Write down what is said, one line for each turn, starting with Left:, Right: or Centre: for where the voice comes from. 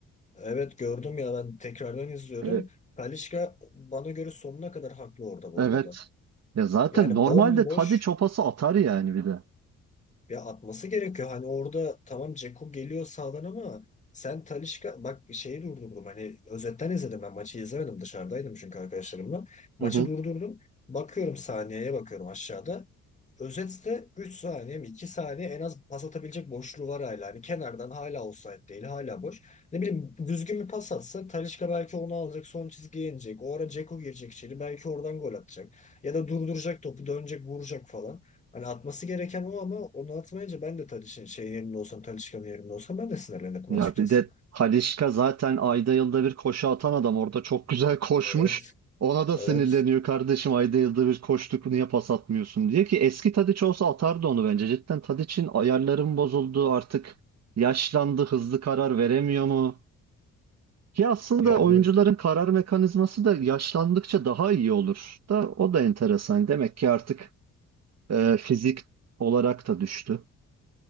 Left: Evet gördüm ya ben tekrardan izliyordum.
Right: E,
Left: Talisca bana göre sonuna kadar haklı orada bu
Right: evet.
Left: arada.
Right: Ya zaten
Left: Yani
Right: normalde
Left: bomboş
Right: Tadiç o pası atar yani bir de.
Left: ya atması gerekiyor. Hani orada tamam Dzeko geliyor sağdan ama sen Talisca bak şeyi durdurdum. Hani özetten izledim ben maçı izlemedim dışarıdaydım çünkü arkadaşlarımla. Maçı
Right: Hı hı.
Left: durdurdum. Bakıyorum saniyeye bakıyorum aşağıda. Özetse 3 saniye mi 2 saniye en az pas atabilecek boşluğu var hala. Hani kenardan hala offside değil hala boş. Ne bileyim düzgün bir pas atsa Talisca belki onu alacak son çizgiye inecek. O ara Dzeko girecek içeri belki oradan gol atacak. Ya da durduracak topu dönecek vuracak falan. Hani atması gereken o ama onu atmayınca ben de Talisca'nın şey yerinde olsam Talisca'nın yerinde olsam ben de sinirlenirdim
Right: Ya
Left: açıkçası.
Right: bir de Halişka zaten ayda yılda bir koşu atan adam orada çok güzel <laughs> koşmuş.
Left: Evet
Right: Ona da
Left: evet
Right: sinirleniyor kardeşim ayda yılda bir koştuk niye pas atmıyorsun diye ki eski Tadiç olsa atardı onu bence. Cidden Tadiç'in ayarların bozuldu artık yaşlandı hızlı karar veremiyor mu? Ki aslında
Left: yani
Right: oyuncuların karar mekanizması da yaşlandıkça daha iyi olur da o da enteresan. Demek ki artık e, fizik olarak da düştü.